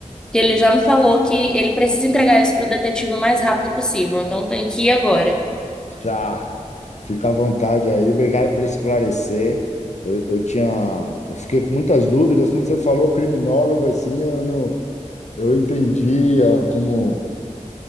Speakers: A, in the centre; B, on the left.
A: que ele já me falou que ele precisa entregar isso para o detetive o mais rápido possível, então eu tenho que ir agora.
B: Tá, fica à vontade aí. Obrigado por esclarecer. Eu, eu tinha, eu fiquei com muitas dúvidas quando você falou criminólogo assim, eu não, eu entendia como